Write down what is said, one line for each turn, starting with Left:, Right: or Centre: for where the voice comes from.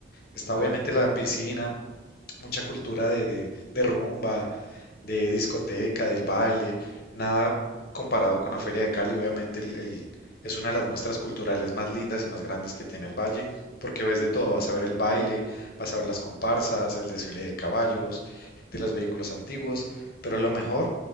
Left: Está
Right: En Cali.
Left: obviamente la piscina,
Right: Ok,
Left: mucha cultura de, de, de rumba, de discoteca, del baile, nada comparado con la Feria de Cali, obviamente el- el- es una de las muestras culturales más lindas y más grandes que tiene el Valle, porque ves de todo,
Right: sí.
Left: vas a ver el baile, vas a ver las comparsas, el desfile de caballos,
Right: ¿no?
Left: de los vehículos antiguos, pero lo mejor